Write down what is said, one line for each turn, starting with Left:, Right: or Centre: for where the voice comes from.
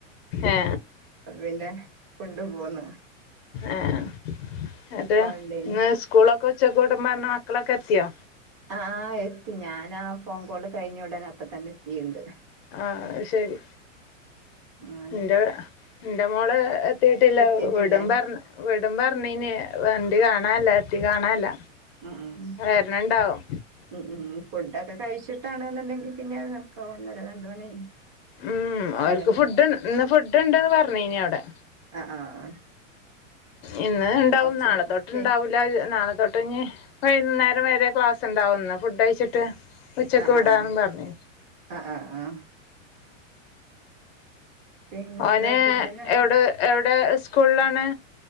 Left: ഏ
Right: അപ്പൊ പിന്നെ കൊണ്ടു പോന്ന്
Left: ആഹ് എന്നട്ട്
Right: ഉണ്ടേനി
Left: ഇന്ന് സ്കൂളൊക്കെ ഉച്ചോക്കെ വിടും പറഞ്ഞ മക്കളൊക്കെ എത്തിയോ
Right: ആഹ് എത്തി ഞാനാ ഫോൺ കോള് കഴിഞ്ഞ ഉടനെ അപ്പോതെന്നെ എത്തിണ്ട്
Left: ആഹ് അയ്ശെരി
Right: അങ്ങനെ
Left: എന്റെ ന്റെ മോള് എത്തിട്ടില്ല
Right: എത്തിയിട്ടില്ലേ
Left: വിടും പറഞ്ഞ വിടും പറഞ്ഞീന്നു വണ്ടി കാണല്ല എത്തി കാണല്ല
Right: ഉം
Left: വേര്ണ്ണ്ടാവും
Right: ഉം ഉം ഫുഡൊക്കെ കഴിച്ചിട്ടാണ്ന്നുണ്ടെങ്കി പിന്നെ ഒക്കെ ഒന്നര രണ്ട് മണി
Left: ഉം
Right: ക്കായല്ലോ
Left: അവർക്ക് ഫുഡ് ഇന്ന് ഫുഡ്ണ്ട്ന്ന് പറഞ്ഞീനി അവ്ടെ
Right: ആഹ് ആഹ്
Left: ഇന്ന് ഇണ്ടാവും
Right: കൊറച്ച്
Left: നാളെത്തൊട്ട്
Right: പി
Left: ഇണ്ടാവൂ ല നാളെത്തൊട്ട്ഞ്ഞി വൈകുന്നേരം വരെ ക്ലാസ്ണ്ടാവും ഇന്ന് ഫുഡ് കഴിച്ചിട്ട് ഉച്ചക്ക്
Right: ആഹ്
Left: വിടാന്നും
Right: ആഹ്
Left: പറഞ്
Right: ആഹ് ആഹ് ആ പിന്നെന്താ
Left: ഓന് എവ്ടെ
Right: ഫുഡിന്
Left: എവ്ടെ എവ്ടെ സ്കൂൾലാണ്?